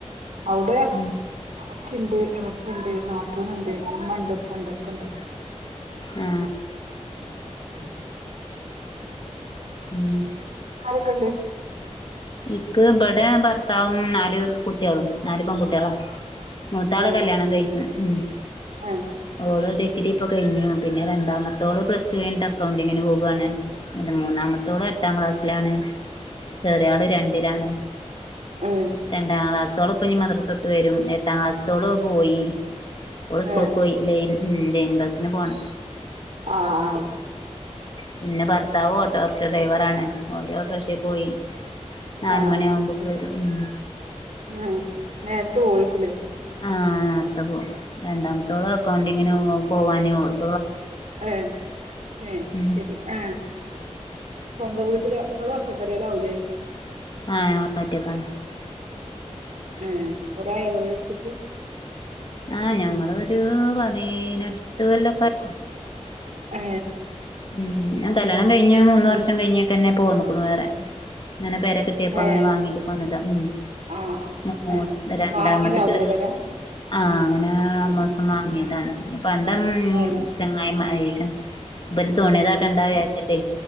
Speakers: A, on the right; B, on the left.
A: അവിടെയച്ചിണ്ട്
B: ഉം
A: എള ച്ചിണ്ട്. നാത്തൂനുണ്ട്. ഉമ്മായുണ്ടാപ്പാ യുണ്ട്. ഒക്കെയുണ്ട്
B: ആ
A: അത്
B: ഉം
A: ആരൊക്കെയുണ്ട്.
B: ഇക്കിവിടെ ഭർത്താവും നാലുകുട്ടികളും. നാലു പെൺകുട്ടികളാ.. മൂത്താളുകല്ല്യാണം
A: ഏ
B: കഴിഞ്ഞതാ ഉം
A: ഏ
B: ഓള്, ഡി ഗ്രി ഇപ്പംകഴിഞ്ഞു. പിന്നെ രണ്ടാമത്തോളുപ്ലസ് ടു കഴിഞ്ഞ്അക്കൗണ്ടിങ്ങിനുപോകുവാണ്, പിന്നെ മൂന്നാമത്തോള്.. പത്താം ക്ലാസ്സിലാണ് ചെറിയാളുരണ്ടിലാണ്.
A: ഏ
B: രണ്ടാംക്ലാസ്ത്തോളൊപ്പനിമദ്റസ് ട്ട് വരും. എട്ടാം ക്ലാസത്തോളുപോയി ഓള് സ്കൂൾ
A: ഏ
B: പോയി, ലൈൻ ഉം.. ലൈൻ ബസിനുപോണം.
A: ആ ആ
B: പിന്നെ. ഭർത്താവ് ഓട്ടോറിക്ഷ ഡ്രൈവറാ ണ്. ഓര് ഓട്ടോറിക്ഷയിൽ പോയി നാല്
A: ആ..
B: മണിയാകുമ്പോക്ക്
A: അതു ശരി
B: വരും ഉം
A: ഏ.. നേരത്തെ പോയിക്കൂലേ
B: ആ... നേരത്തെപോകും. രണ്ടാമത്തോള്അക്കൗണ്ടിങ്ങിനുപോവാനേയുള്ളൂ
A: ഏ.. ഏ..
B: ഉം
A: ശരി ആ.. സ്വന്തം വീട്ടിലെപ്പിളും ഒറ്റപ്പുരയിലാവൂലേ
B: ആ പറ്റിയതുതന്നെ
A: ഏ കെറെ ആ യോ വീട് ട്ത്ത്ട്ട്
B: ആ ഞങ്ങളൊരു പതിനെട്ടുകൊല്ലക്കെ ആയി
A: ഏ
B: ഉം ഞാൻകല്യാണം കഴിഞ്ഞു മൂന്നുവർഷം
A: ഉം
B: കഴിഞ്ഞിട്ടന്നെ പോന്നുക്ണു വേറെ ങ്ങനെ പെരകിട്ടിയപ്പോ
A: ഏഹ്
B: ങ്ങനെ വാങ്ങിട്ട് പോന്നതാ ഉം..
A: ആഹ്
B: മൂത്ത
A: ഏഹ്
B: രണ്ടാമത്തെ
A: വാങ്ങിയതാവൂലേ
B: ചെറിയ
A: പെര
B: ആ അങ്ങനെആമാസം
A: ഏഹ്
B: വാങ്ങിയതാണ്. പണ്ടം
A: ഏഹ്
B: ചങ്ങായിമാരെ <unintelligible> ബന് തോന്നിയതാക്കണ്ടാ വിചാരിച്ചിട്ടേ